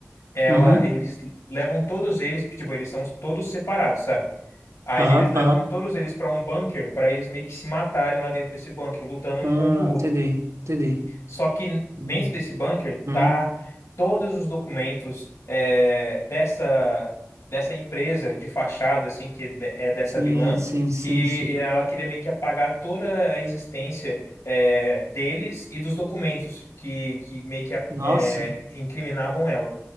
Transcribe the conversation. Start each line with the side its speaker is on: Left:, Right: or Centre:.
Left: ela,
Right: Uhum.
Left: eles levam todos eles, tipo, eles são todos separados, sabe? Aí
Right: Aham,
Left: eles levam
Right: aham.
Left: todos eles pra um bunker pra eles meio que se matarem lá dentro desse bunker, lutando um
Right: Ah,
Left: contra o outro.
Right: entendi, entendi.
Left: Só que
Right: Hum,
Left: dentro desse bunker
Right: uhum.
Left: tá todos os documentos é, dessa dessa empresa de fachada, assim, que de- é dessa
Right: Sim,
Left: vilã,
Right: sim, sim,
Left: que
Right: sim.
Left: ela queria meio que apagar toda a existência é, deles e dos documentos que, que meio que
Right: Nossa,
Left: é, incriminavam ela.